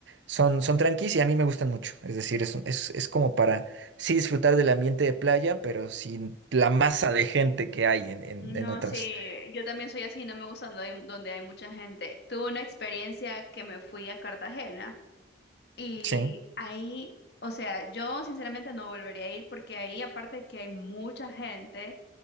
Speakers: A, on the right (about 70°); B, on the left (about 60°).
A: son, son tranquis y a mí me gustan mucho. Es decir, es, un- es, es como para sí disfrutar del ambiente de playa, pero sin la masa de gente que hay en, en,
B: No,
A: en otras.
B: sí, yo también soy así, no me gusta donde hay, donde hay mucha gente. Tuve una experiencia que me fui a Cartagena Y
A: Sí,
B: ahí, o sea, yo sinceramente no volvería a ir porque ahí, aparte de que hay mucha gente,